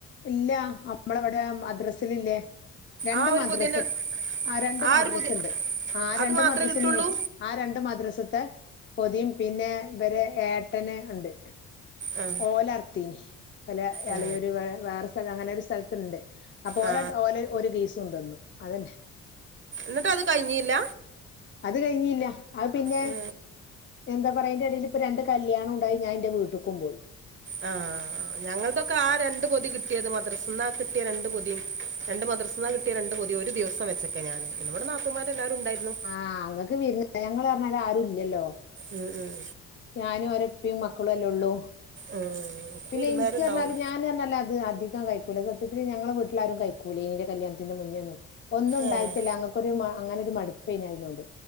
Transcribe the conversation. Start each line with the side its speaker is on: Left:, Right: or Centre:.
Left: ഇല്ല അമ്മളവടെ മദ്രസ് ല് ല്ലെ. രണ്ട്
Right: ആ ഒരു
Left: മദ്രസണ്ട്
Right: പുതിയ
Left: ആഹ് രണ്ട്
Right: ആ
Left: മദ്രസ്ണ്ട്
Right: ഒരു പുതിയ
Left: ആഹ്
Right: അത്
Left: രണ്ട്
Right: മാത്രമേ
Left: മദ്രസ്ന്നും
Right: കിട്ടുള്ളൂ
Left: കിട്ടും ആഹ് രണ്ട് മദ്രസ്ത്തെ പൊതിം പിന്നെ ഇബരെ ഏട്ടന് ഇണ്ട്
Right: ആ
Left: ഓലർത്തീന് ഇവലെ
Right: ഏ,
Left: എളയൂര് വെ വേറെ സ്ഥല അങ്ങനൊരു സ്ഥൽത്ത്ണ്ട് അപ്പൊ
Right: ആ
Left: ഓല ഓലൊരു ഒരു കീസും തന്നു അതെന്നെ
Right: ന്നിട്ട് അത് കയിഞ്ഞീല
Left: അത് കയിഞ്ഞീല്ല അത് പിന്നെ
Right: ഏ,
Left: എന്താ പറയാ അയിന്റെ എടീല് ഇപ്പൊ രണ്ട് കല്യാണം ഉണ്ടായി ഞാനെന്റെ വീട്ടിക്കും പോയി
Right: ആ ഞങ്ങൾതൊക്കെ ആ രണ്ട് പൊതി കിട്ടിയത് മദ്രസിന്നാ കിട്ടിയ രണ്ട് പൊതി രണ്ട് മദ്രർസന്നാ കിട്ടിയ രണ്ട് പൊതി ഒരു ദിവസം വെച്ചക്കെ ഞാൻ ഇവടെ നാത്തൂന്മാരെല്ലാരും ഉണ്ടായിരുന്നു
Left: ആ ങ്ങക്ക് വിരുന്ന് ഞങ്ങൾ പറഞ്ഞാല് ആരും ഇല്ലല്ലോ
Right: ഉം ഉം
Left: ഞാനു ഒരൂപ്പീ മക്കളു അല്ലേ ഉള്ളൂ
Right: ഉം
Left: പിന്നെ
Right: വിരുന്നാരുണ്ടാവും
Left: ഇൻക്ക് പറഞ്ഞാല് ഞാന് പറഞ്ഞാല് അത് അധി കം കയിക്കൂല സത്യത്തില് ഞങ്ങളെ വീട്ടിലാരും കഴിക്കൂല ഇന്റെ കല്യാണത്തിന്റെ മുന്നെയോന്നും ഒന്നുണ്ടായിട്ടില്ല
Right: ഏഹ്
Left: ഞങ്ങ ഒരു മ അങ്ങനൊരു മടുപ്പെയ്നു അയിനോട്